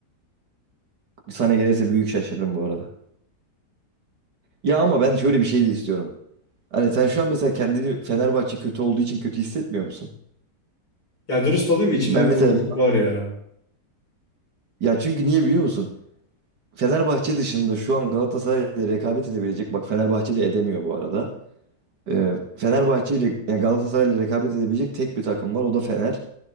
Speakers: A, on the right; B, on the left.
A: Sané gelirse büyük şaşırırım bu arada. Ya ama ben şöyle bir şey de istiyorum. Hani sen şu an mesela kendini Fenerbahçe kötü olduğu için kötü hissetmiyor musun?
B: Ya dürüst olayım mı? İçimde
A: Ben
B: bir
A: mesela
B: burukluk var ya.
A: ya çünkü niye biliyor musun? Fenerbahçe dışında şu an Galatasaray'la rekabet edebilecek. Bak Fenerbahçe de edemiyor bu arada. E, Fenerbahçe ile e, Galatasaray ile rekabet edebilecek tek bir takım var. O da Fener.